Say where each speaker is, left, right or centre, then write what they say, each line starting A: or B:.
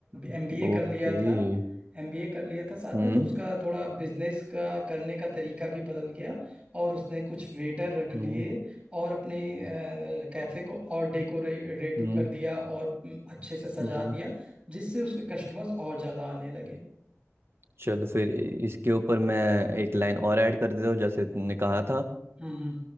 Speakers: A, on the right (about 50°); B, on the right (about 20°).
A: ओके
B: एमबीए कर लिया था
A: हम्म okay,
B: एमबीए कर लिया था साथ
A: हम्म
B: में तो उसका थोड़ा बिजनेस का करने का तरीका भी बदल गया और उसने कुछ वेटर रख लिए
A: हम्म
B: और अपने कैफे को और डेकोरेटिव
A: हम्म,
B: कर दिया और अम, अच्छे से सजा
A: हम्म,
B: दिया जिससे उसके कस्टमर्स और ज्यादा आने लगे
A: चलो फिर इसके ऊपर मैं एक लाइन और ऐड कर देता हूँ जैसे तुमने कहा था
B: हम्म हम्म